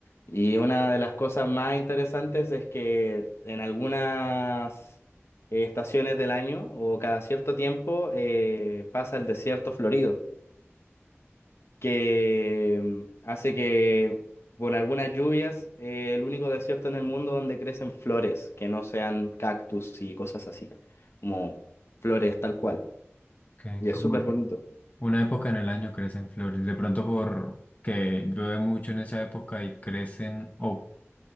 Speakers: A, on the left; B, on the left.
A: Y una de las cosas más interesantes es que en algunas eh, estaciones del año o cada cierto tiempo eh, pasa el desierto florido, que mm, hace que con algunas lluvias eh, el único desierto en el mundo donde crecen flores, que no sean cactus y cosas así, como flores tal cual.
B: Ok,
A: Y
B: Como
A: es súper bonito.
B: una época en el año crecen flores. De pronto porque llueve mucho en esa época y crecen, o,